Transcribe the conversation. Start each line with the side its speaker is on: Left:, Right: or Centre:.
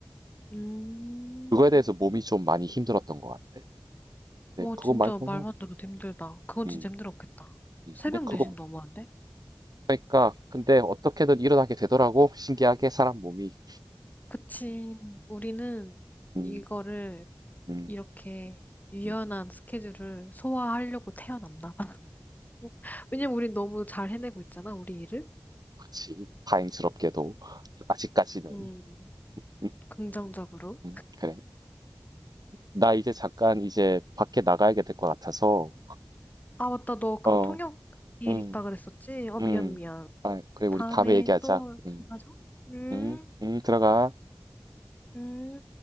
Left: 음.
Right: 그거에 대해서 몸이 좀 많이 힘들었던 것 같아. 근데
Left: 오,
Right: 그거
Left: 진짜
Right: 말고는
Left: 말만 들어도 힘들다. 그건
Right: 음,
Left: 진짜 힘들었겠다.
Right: 음,
Left: 새벽
Right: 근데 그거
Left: 4시 너무한데?
Right: 그러니까 근데 어떻게든 일어나게 되더라고. 신기하게 사람 몸이.
Left: 그치. 우리는
Right: 음,
Left: 이거를
Right: 음,
Left: 이렇게 유연한
Right: 음,
Left: 스케줄을 소화하려고 태어났나 봐. <laughs> 왜냐면 우린 너무 잘 해내고 있잖아, 우리 일을.
Right: 그치. 다행스럽게도 아직까지는.
Left: 음,
Right: 음,
Left: 긍정적으로.
Right: 음, 그래. 나 이제 잠깐 이제 밖에 나가야 될 것 같아서.
Left: 아, 맞다. 너 그
Right: 어,
Left: 통역 일
Right: 음,
Left: 있다 그랬었지? 어,
Right: 음.
Left: 미안, 미안.
Right: 아, 그래 우리
Left: 다음에
Right: 다음에 얘기하자.
Left: 또
Right: 음,
Left: 만나자. 음,
Right: 음, 음, 들어가.
Left: 음.